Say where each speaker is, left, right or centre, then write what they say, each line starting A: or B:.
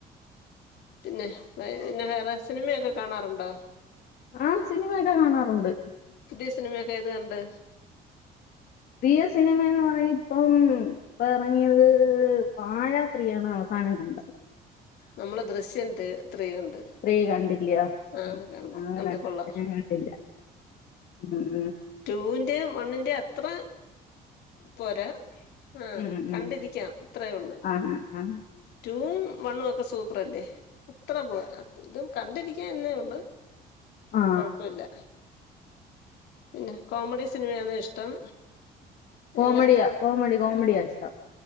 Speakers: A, on the left (about 80°); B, on the left (about 65°).
A: പിന്നെ പിന്നെ വേറെ സിനിമയൊക്കെ കാണാറുണ്ടോ
B: ആ സിനിമയൊക്കെ കാണാറുണ്ട്
A: പുതിയ സിനിമയൊക്കെ ഏത് കണ്ട്
B: പുതിയ സിനിമ എന്ന് പറ ഇപ്പം പറങ്ങിയത് പാഴാത്രിയാണ് അവസാനം കണ്ടത്
A: നമ്മളെ ദൃശ്യം ത് ത്രീ കണ്ട്
B: ത്രീ കണ്ടില്ല
A: ആ
B: ഉം, ആ
A: കണ്ട്
B: കണ്ടില്ല
A: കൊള്ളാം
B: ഞാൻ കണ്ടില്ല ഉം.
A: ടൂ ഇൻ <unintelligible> വണ്ണിന്റെ അത്ര പോരാ ആ
B: ഉം,
A: കണ്ടിരിക്കാം
B: ഉം.
A: അത്രയേ ഉള്ളൂ
B: ആ ആ ആ
A: ടൂവും മണ്ണു ഒക്കെ സൂപ്പറല്ലേ അത്ര പോരാ ഇതും കണ്ടിരിക്ക എന്നേ ഒള്ള്
B: ആ
A: കൊഴപ്പല്ല പിന്നെ കോമഡി സിനിമയാന്നോ ഇഷ്ടം
B: കോമഡിയാ
A: എങ്ങനത്തൊക്കെ
B: കോമഡി കോമഡിയാ
A: ആ
B: ഇഷ്ടം